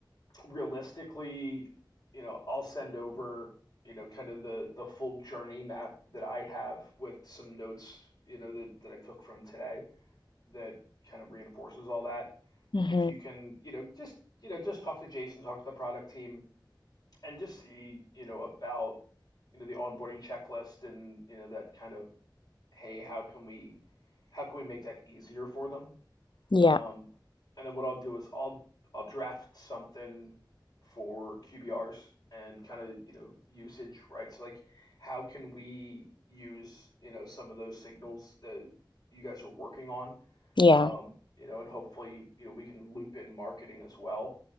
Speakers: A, on the left (about 50°); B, on the left (about 70°).
A: realistically, you know, I'll send over, you know, kind of the the full journey map that I have with some notes, you know, that that I took from today. that kind of reinforces all that.
B: hmm
A: If you can, you know, just you know, just talk to Jason, talk to the product team, and just see, you know, about you know the onboarding checklist and you know that kind of hey, how can we how can we make that easier for them?
B: yeah
A: Um, and then what I'll do is I'll I'll draft something for QBRs and kind of you know usage, right? So like, how can we use you know some of those signals that you guys are working on
B: yeah
A: um, you know, and hopefully, you know, we can loop in marketing as well